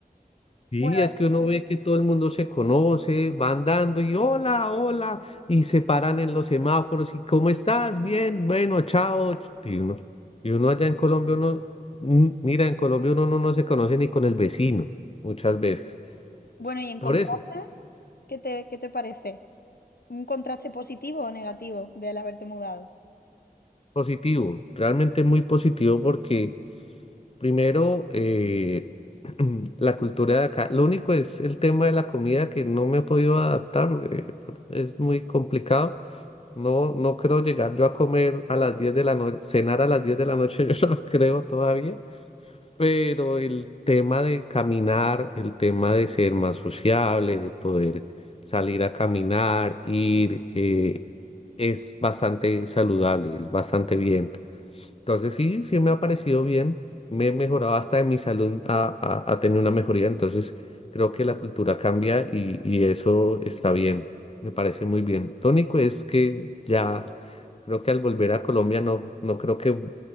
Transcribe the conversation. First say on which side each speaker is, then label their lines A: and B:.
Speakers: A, on the left (about 40°); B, on the left (about 75°).
A: Sí,
B: Bueno,
A: es que uno ve que todo el mundo se conoce, van dando y hola, hola, y se paran en los semáforos y ¿cómo estás? Bien, bueno, chao. ch- Y uno, y uno allá en Colombia, uno, mm, mira, en Colombia uno no, no se conoce ni con el vecino muchas veces.
B: bueno, y en
A: Por
B: contraste,
A: eso,
B: ¿qué te, qué te parece? ¿Un contraste positivo o negativo del haberte mudado?
A: positivo, realmente muy positivo porque primero eh, <clears throat> la cultura de acá, lo único es el tema de la comida que no me he podido adaptar porque es muy complicado. No, no creo llegar yo a comer a las 10 de la noche, cenar a las 10 de la noche, <laughs> yo no lo creo todavía, pero el tema de caminar, el tema de ser más sociable, de poder salir a caminar, ir, eh, es bastante saludable, es bastante bien. Entonces sí, sí me ha parecido bien, me he mejorado hasta en mi salud, ha, ha- ha tenido una mejoría, entonces creo que la cultura cambia y, y eso está bien, me parece muy bien. Lo único es que ya creo que al volver a Colombia no, no creo que